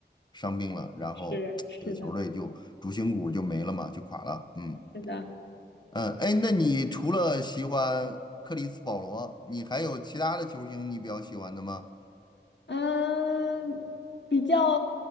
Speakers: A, on the left (about 25°); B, on the left (about 70°).
A: 伤病了，然后这个球队就主心骨就没了嘛，
B: 是是的，
A: 就垮了。嗯。
B: 是的，
A: 嗯，哎，那你除了喜欢克里斯保罗，你还有其他的球星你比较喜欢的吗？
B: 嗯，比较